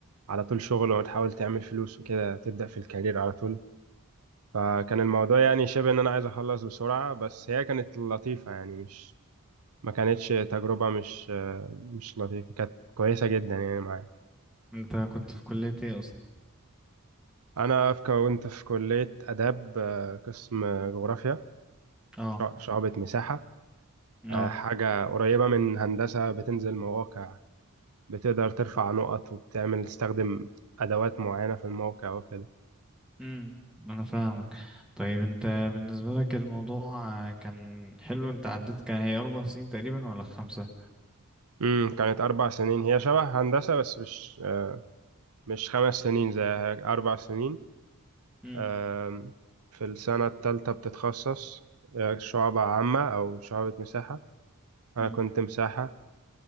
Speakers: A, on the right; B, in the centre.
A: على طول شغل وتحاول تعمل فلوس وكده تبدأ في الكارير على طول فكان الموضوع يعني شبه ان انا عايز اخلص بسرعة بس هي كانت لطيفة يعني مش ما كانتش تجربة مش مش لطيفة كانت كويسة جدا يعني معايا
B: انت كنت في كلية ايه اصلا
A: أنا في كنت في كلية آداب آه، قسم جغرافيا
B: اه
A: شع- شعبة مساحة آه،
B: اه
A: حاجة قريبة من هندسة بتنزل مواقع بتقدر ترفع نقط وبتعمل تستخدم أدوات معينة في الموقع وكده
B: امم انا فاهمك طيب انت بالنسبة لك الموضوع آه، كان حلو انت عديت كان هي اربع سنين تقريبا ولا خمسة
A: امم كانت أربع سنين هي شبه هندسة بس مش آه، مش خمس سنين زي هيك، أربع سنين
B: امم
A: آم، في السنة التالتة بتتخصص آه، شعبة عامة أو شعبة مساحة أنا
B: امم
A: كنت مساحة